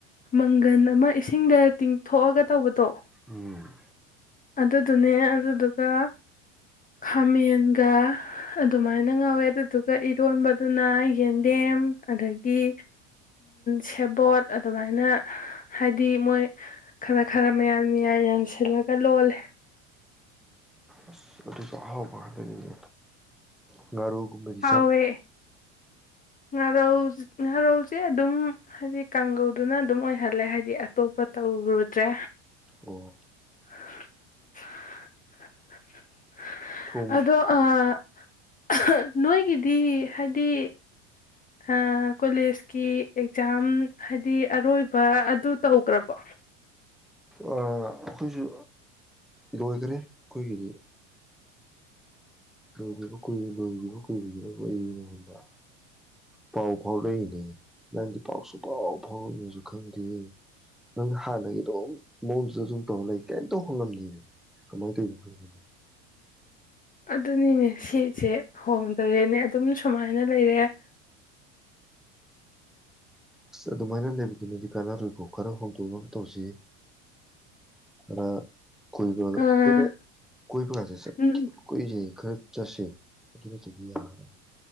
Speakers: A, on the left (about 20°); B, in the centre.
A: ꯃꯪꯒꯟ ꯑꯃ ꯏꯁꯤꯡꯗ ꯇꯤꯡꯊꯣꯛꯑꯒ ꯇꯧꯕꯗꯣ
B: ꯎꯝ
A: ꯑꯗꯨꯗꯨꯅꯦ ꯑꯗꯨꯗꯨꯒ ꯈꯥꯃꯦꯟꯒ ꯑꯗꯨꯃꯥꯏꯅ ꯉꯧꯋꯦ ꯑꯗꯨꯗꯨꯒ ꯏꯔꯣꯟꯕꯗꯨꯅ ꯌꯦꯟꯗꯦꯝ ꯑꯗꯒꯤ ꯁꯦꯕꯣꯠ ꯑꯗꯨꯃꯥꯏꯅ ꯍꯥꯏꯗꯤ ꯃꯣꯏ ꯈꯔ ꯈꯔ ꯃꯌꯥꯟ ꯌꯥꯟ ꯁꯤꯜꯂꯛ ꯂꯣꯜ
B: ꯑꯁ ꯑꯗꯨꯁꯨ ꯑꯍꯥꯎꯕ ꯉꯛꯇꯅꯤꯅꯦ ꯥꯉꯔꯧ ꯒꯨꯝꯕꯗꯤ
A: ꯍꯥꯎꯋꯦ
B: ꯆꯥ
A: ꯉꯥꯔꯧ ꯉꯥꯔꯧꯁꯦ ꯑꯗꯨꯝ ꯍꯥꯏꯗꯤ ꯀꯥꯡꯒꯧꯗꯨꯅ ꯑꯗꯨꯝ ꯑꯣꯏꯍꯜꯂꯦ ꯍꯥꯏꯗꯤ ꯑꯇꯣꯞꯄ ꯇꯧꯔꯨꯗ꯭ꯔꯦ
B: ꯑꯣ
A: <unintelligible> <inaudible>
B: ꯊꯣꯡ
A: ꯑꯣꯗꫭ ꯑꯥ <inaudible> ꯅꯣꯏꯒꯤꯗꯤ ꯍꯥꯏꯗꯤ ꯑ ꯀꯣꯂꯦꯖꯀꯤ ꯑꯦꯛꯖꯥꯝ ꯍꯥꯏꯗꯤ ꯑꯔꯣꯏꯕ ꯑꯗꯨ ꯇꯧꯒ꯭ꯔꯕꯣ
B: ꯑ ꯑꯈꯣꯏꯖꯨ ꯂꯣꯏꯒꯔꯦ ꯑꯈꫭꯏꯒꯤꯗꯤ ꯂꯣꯏꯒꯤꯕ ꯀꯨꯏꯔꯦ ꯂꯣꯏꯒꯤꯕ ꯀꯨꯏꯈꯤꯕ ꯑꯩꯉꯣꯟꯗ ꯄꯥꯎ ꯐꯥꯎꯔꯛꯏꯅꯦ ꯅꯪꯗꯤ ꯄꯥꯎꯁꯨ ꯐꯥꯎ ꯐꯥꯎꯔꯛꯅꯦꯖꯨ ꯈꯪꯗꯦ ꯅꯪ ꯍꯥꯟꯅꯒꯤ ꯑꯗꯨꯝ ꯃꯑꯣꯡꯗꯨꯗ ꯑꯗꯨꯝ ꯇꯧꯔ ꯂꯩ ꯀꯩꯝꯇ ꯍꫭꯡꯉꯝ ꯗꯦꯅꯦ ꯀꯃꯥꯏꯅ ꯇꯧꯔꯤꯅꯣ ꯈꯪꯗꯦ
A: ꯑꯗꯨꯅꯤꯅꯦ ꯁꯤꯁꯦ ꯍꯣꯡ ꯗꯔꯦꯅꯦ ꯑꯗꯨꯝ ꯁꯨꯃꯥꯏꯅ ꯂꯩꯔꯦ
B: ꯑꯁ ꯑꯗꯨꯃꯥꯏꯅ ꯂꯩꯕꯗꯨꯅꯗꯤ ꯀꯥꯟꯅꯔꯣꯏꯀꯣ ꯈꯔ ꯍꯣꯡꯗꯣꯛꯅꯕ ꯇꯧꯖꯤ ꯌꯦ ꯈꯔ ꯀꯣꯏꯕ
A: ꯑꯥ
B: ꯀꫭꯏꯕ ꯀꯣꯏꯕꯒꯥꯖꯦ ꯆꯠꯈꯤꯗꯕ
A: ꯎꯝ
B: ꯀꯨꯏꯔꯦ ꯈꯔ ꯆꯠꯁꯦ ꯑꯗꯨ ꯅꯠꯇꯗꯤ ꯌꯥꯔꯔꯣꯏ